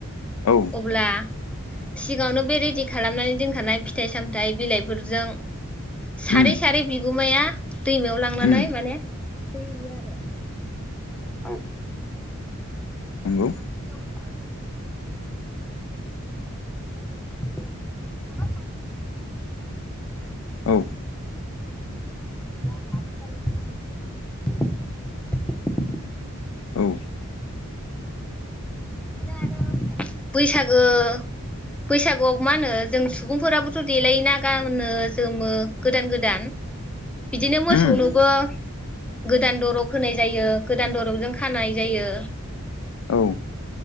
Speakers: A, on the left (about 75°); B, in the centre.
A: औ
B: अब्ला सिगांङावनो बे रेडि खालामनानै दोनखानाय फिथाइ सामथाय बिलाइफोरजों सारै
A: उम
B: सारै बिगुमाया दैमायाव लांनानै
A: उम
B: माने थुखैहैयो आरो औ
A: नंगौ
B: बियावबो गोदोनिफायनो सोलि <unintelligible> साफा सानैनि
A: औ
B: ब्लाबो आरो आथिखालावथ <unintelligible>
A: औ
B: दिनो आरो बैसागो बैसागोआव मा होनो जों सुबुंफोराबोथ देलायोना गाननो जोमो गोदान गोदान बिदिनो मोसौनोबो
A: उम
B: गोदान दरग होनाय जायो गोदान दरग जों खानाय जायो।
A: औ